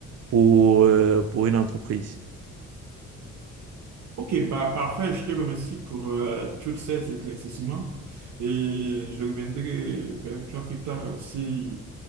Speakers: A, on the right; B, on the right.
A: pour, euh, pour une entreprise.
B: Ok, bah parfait, je te remercie pour euh, tous ces éclaircissements et je reviendrai vers toi plus tard euh, si